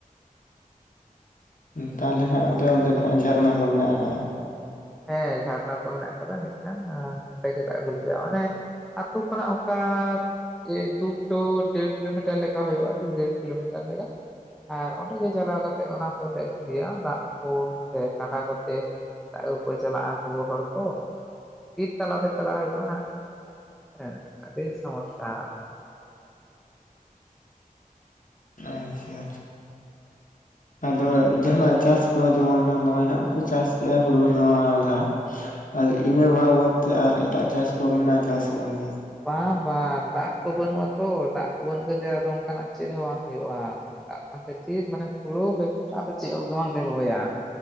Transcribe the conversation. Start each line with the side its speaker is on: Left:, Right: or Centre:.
Left: ᱛᱟᱦᱚᱞᱮ ᱦᱟᱸᱜ ᱟᱯᱮ ᱚᱱᱛᱮ ᱫᱚ ᱦᱟᱸᱜ ᱡᱷᱟᱨᱱᱟ ᱠᱚ ᱢᱮᱱᱟᱜ ᱟᱠᱟᱟᱜᱼᱟ?
Centre: ᱦᱮᱸ ᱡᱷᱟᱨᱱᱟ ᱠᱚ ᱢᱮᱱᱟᱜ ᱟᱠᱟᱫᱟ ᱢᱤᱫᱴᱟᱝ ᱚᱸᱰᱮ ᱜᱮ ᱫᱟᱜ ᱜᱩᱞᱤᱡᱼᱟ ᱢᱟᱱᱮᱼᱼ ᱛᱳ ᱠᱷᱚᱱᱟᱜ ᱚᱠᱟᱼᱼ ᱮ ᱫᱩ ᱠᱤᱞᱳ ᱰᱮᱲ ᱠᱤᱞᱳᱢᱤᱴᱟᱨ ᱞᱮᱠᱟ ᱦᱩᱭᱩᱜᱼᱟ ᱫᱩ ᱰᱮᱲ ᱠᱤᱞᱳᱢᱤᱴᱟᱨ ᱞᱮᱠᱟ᱾ ᱟᱨ ᱚᱸᱰᱮ ᱜᱮ ᱪᱟᱞᱟᱣ ᱠᱟᱛᱮᱜ ᱚᱱᱟ ᱠᱚᱞᱮ ᱟᱹᱜᱩᱭᱟ ᱫᱟᱜ ᱠᱚ ᱥᱮ ᱠᱟᱸᱰᱟ ᱠᱚᱛᱮ ᱜᱩ ᱠᱚ ᱪᱟᱞᱟᱜᱼᱟ ᱜᱚᱜᱚ ᱦᱚᱲ ᱠᱚ ᱵᱤᱨᱤᱛ ᱛᱟᱞᱟᱛᱮ ᱪᱟᱞᱟᱜ ᱦᱩᱭᱩᱜᱼᱟ ᱦᱟᱸᱜ᱾ ᱦᱮᱸ ᱟᱰᱤ ᱥᱚᱢᱚᱥᱥᱟ
Left: ᱟᱪᱪᱷᱟ᱾ ᱟᱫᱚ ᱡᱟᱦᱟᱱᱟᱜ ᱪᱟᱥᱠᱩ ᱡᱮᱢᱚᱱ ᱱᱚᱜᱼᱚᱭ ᱦᱟᱸᱜ ᱯᱮ ᱪᱟᱥ ᱠᱮᱜᱼᱟ ᱦᱩᱲᱩ ᱱᱚᱣᱟ ᱫᱟᱜ ᱟᱫᱚ ᱤᱱᱟᱹ ᱵᱟᱵᱚᱛ ᱛᱮ ᱟᱨ ᱮᱴᱟᱜ ᱪᱟᱥ ᱠᱚ ᱢᱮᱱᱟᱜ ᱟᱠᱟᱫᱟ ᱥᱮ ᱵᱟᱝᱜᱮ
Centre: ᱵᱟᱝ ᱵᱟᱝ ᱫᱟᱜ ᱠᱚ ᱵᱟᱹᱱᱩᱜᱼᱟᱛᱚ ᱫᱟᱜ ᱠᱚ ᱵᱟᱹᱱᱩᱜ ᱠᱷᱟᱡ ᱟᱫᱚ ᱚᱱᱠᱟᱱᱟᱜ ᱪᱮᱫ ᱦᱚᱸ ᱵᱟᱝ ᱦᱩᱭᱩᱜᱼᱟ ᱫᱟᱜ ᱵᱟᱝ ᱛᱮ ᱛᱷᱤᱨ ᱢᱟᱱᱮ ᱦᱩᱲᱩ ᱵᱮᱠᱚᱨ ᱟᱫᱚ ᱪᱮᱫ ᱦᱚᱸᱜ ᱵᱟᱝ ᱜᱮ ᱞᱮ ᱨᱚᱦᱚᱭᱟ᱾